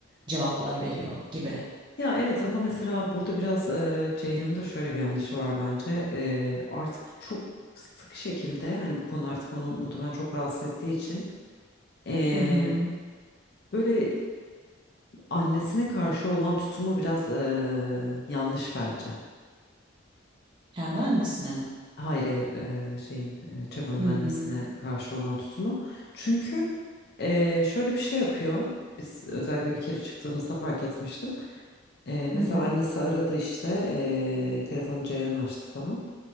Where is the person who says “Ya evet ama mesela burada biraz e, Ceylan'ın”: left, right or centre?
Left